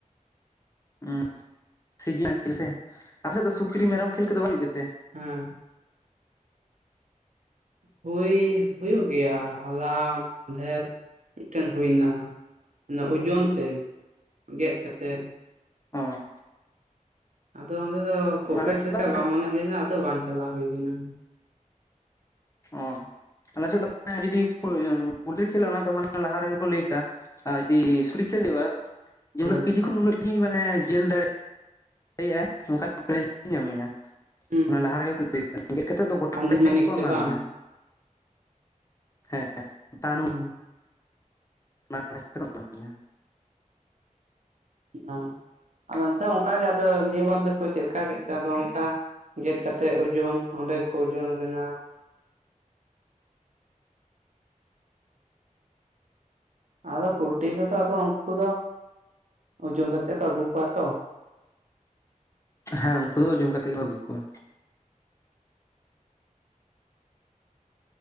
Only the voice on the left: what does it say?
ᱦᱩᱸ ᱥᱤᱡᱤᱧ ᱠᱷᱮᱞ ᱥᱮ ᱟᱯᱮ ᱥᱮᱫ ᱫᱚ ᱥᱩᱠᱨᱤ ᱢᱮᱨᱚᱢ ᱠᱷᱮᱞ ᱠᱚᱫᱚ ᱵᱟᱭ ᱦᱩᱭᱩᱜ ᱜᱮᱛᱮ?
ᱦᱚᱸ
ᱟᱞᱮ ᱥᱮᱫ
ᱫᱚ ᱚ
ᱚ ᱟᱞᱮ ᱥᱮᱫ ᱫᱚ ᱡᱩᱫᱤ ᱯᱩ ᱯᱩᱞᱴᱨᱤ ᱠᱷᱮᱞ ᱚᱱᱟ ᱫᱚ ᱢᱟᱱᱮ ᱞᱟᱦᱟ ᱨᱮᱜᱮ ᱠᱚ ᱞᱟᱹᱭ ᱠᱟᱜᱼᱟ᱾ ᱟᱨ ᱡᱩᱫᱤ ᱥᱩᱠᱨᱤ ᱠᱷᱮᱞ ᱦᱩᱭᱩᱜᱼᱟ ᱡᱮ
ᱩᱱᱟᱹᱜ ᱠᱮᱡᱤ ᱠᱷᱚᱱ ᱩᱱᱟᱹᱜ ᱠᱤᱡᱤ ᱢᱟᱱᱮ ᱡᱮᱞ ᱫᱟᱲᱮᱭᱟᱜᱼᱟ, ᱞᱟᱹᱜᱹᱭᱮᱜᱼᱟᱭ ᱚᱱᱠᱟ <unintelligible> ᱧᱟᱢᱮᱭᱟ᱾
ᱚᱱᱟ ᱞᱟᱦᱟ ᱨᱮᱜᱮ ᱠᱚ ᱞᱟᱹᱭ ᱠᱮᱫᱟ ᱜᱮᱫ ᱠᱟᱛᱮᱫ ᱫᱚ ᱜᱚᱴᱟ
ᱛᱮ ᱠᱚ ᱮᱢᱟ
ᱵᱤᱱᱟ᱾ ᱦᱮᱸ <unintelligible>
<unintelligible> <unintelligible> ᱵᱤᱱᱟ
ᱦᱮᱸ ᱩᱱᱠᱩ ᱫᱚ ᱳᱡᱳᱚᱱ ᱠᱟᱛᱮᱜ ᱠᱚ ᱟᱹᱜᱩ ᱠᱚᱣᱟ᱾